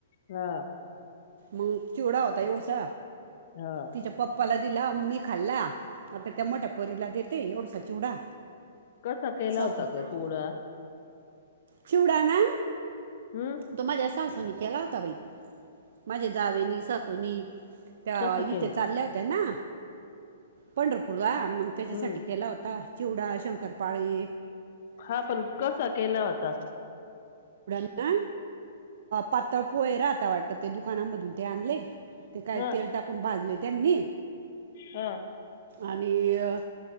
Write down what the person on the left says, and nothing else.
हा
हा
कसा केला
होता गचुडा
हम्म
कसा केला
हम्म
हा पण कसा केला होता
हा
हा